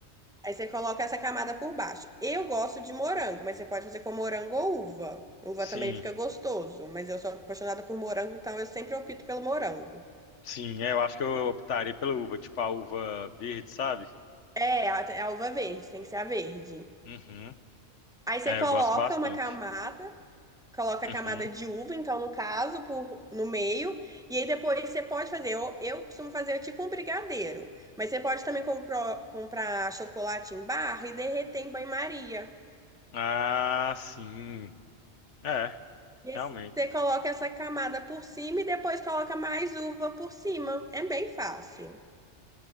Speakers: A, in the centre; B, on the left.
A: Aí você coloca essa camada por baixo. Eu gosto de morango, mas você pode fazer com morango ou uva. Uva
B: sim,
A: também fica gostoso, mas eu sou apaixonada por morango, então eu sempre opto pelo morango.
B: sim. É, eu acho que eu optaria pela uva, tipo a uva verde, sabe?
A: É, a, é a uva verde, tem que ser a verde.
B: Uhum.
A: Aí você
B: É,
A: coloca
B: eu gosto bastante.
A: uma camada, coloca
B: Uhum.
A: a camada de uva, então no caso, por, no meio, e aí depois você pode fazer. Eu, eu costumo fazer é tipo um brigadeiro, mas você pode também compro- comprar chocolate em barra e derreter em banho-maria.
B: Ah, sim. É,
A: E aí
B: realmente.
A: você coloca essa camada por cima e depois coloca mais uva por cima. É bem fácil.